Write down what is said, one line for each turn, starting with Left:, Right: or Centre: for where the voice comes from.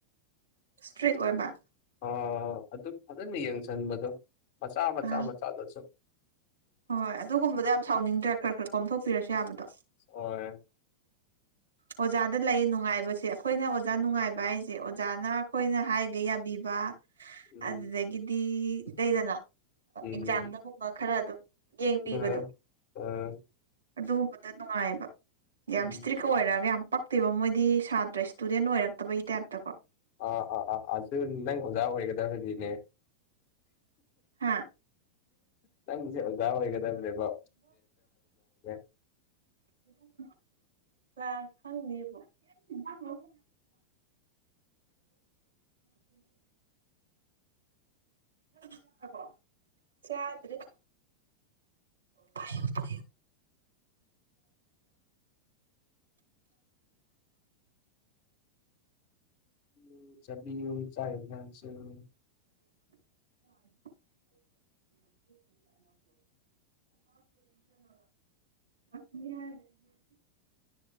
Right: ꯏꯁꯇ꯭ꯔꯤꯛ ꯑꯣꯏꯕ
Left: ꯑꯣ ꯑꯗꯨꯝ ꯐꯖꯅ ꯌꯦꯡꯁꯟꯕꯗꯣ ꯃꯆꯥ ꯃꯆꯥ
Right: ꯑꯥ
Left: ꯃꯆꯥꯗꯁꯨ
Right: ꯍꯣꯏ ꯑꯗꯨꯒꯨꯝꯕꯣ ꯌꯥꯝ ꯁꯥꯎꯅꯤꯡꯗ꯭ꯔꯥ ꯈ꯭ꯔ-ꯈ꯭ꯔ ꯀꯣꯝꯊꯣꯛꯄꯤꯔꯁꯨ ꯌꯥꯕꯗꯣ
Left: ꯍ
Right: ꯑꯣꯖꯥꯗ ꯂꯩ ꯅꯨꯡꯉꯥꯏꯕꯁꯦ ꯑꯩꯈꯣꯏꯅ ꯑꯣꯖꯥ ꯅꯨꯡꯉꯥꯏꯕ ꯍꯥꯏꯁꯦ ꯑꯣꯖꯥꯅ ꯑꯩꯈꯣꯏꯅ ꯍꯥꯏꯔꯤꯒꯩ ꯌꯥꯕꯤꯕ
Left: ꯎꯝ
Right: ꯑꯗꯨꯗꯒꯤꯗꯤ ꯂꯩꯗꯅ ꯑꯦꯛꯖꯥꯝꯗꯒꯨꯝꯕ
Left: ꯎꯝ
Right: ꯈꯔ ꯑꯗꯨꯝ ꯌꯦꯡꯕꯤꯕꯗꯣ
Left: ꯎꯝ ꯎꯝ
Right: ꯑꯗꯨꯒꯨꯝꯕꯗꯣ ꯅꯨꯡꯉꯥꯏꯕ ꯌꯥꯝ
Left: ꯎꯝ
Right: ꯏꯁꯇ꯭ꯔꯤꯛ <unintelligible> ꯑꯣꯏꯔꯒ ꯌꯥꯝ ꯄꯛꯇꯦꯕ ꯃꯣꯏꯗꯤ ꯁꯥꯇ꯭ꯔ ꯏꯁꯇꯨꯗꯦꯟ ꯑꯣꯏꯔꯛꯇꯕꯒꯤ ꯇꯥꯏꯞꯇꯀꯣ
Left: ꯑꯥ-ꯑꯥ-ꯑꯥ-ꯑꯗꯨ ꯅꯪ ꯑꯣꯖꯥ ꯑꯣꯏꯒꯗꯕꯅꯤꯅꯦ
Right: ꯍꯥꯥ
Left: ꯅꯪꯁꯦ ꯑꯣꯖꯥ ꯑꯣꯏꯒꯗꯕꯅꯦꯕꯣ <unintelligible>
Right: <inaudible> ꯂꯥꯛ ꯈꯪꯗꯤꯌ‌ꯦ ꯕ‌ꯣꯛ <inaudible> ꯅꯪꯗꯤ ꯆꯥꯔꯕꯣ--ꯆꯥꯗ꯭ꯔꯤ ꯄꯣ ꯄꯣ
Left: <unintelligible>
Right: <inaudible> <inaudible>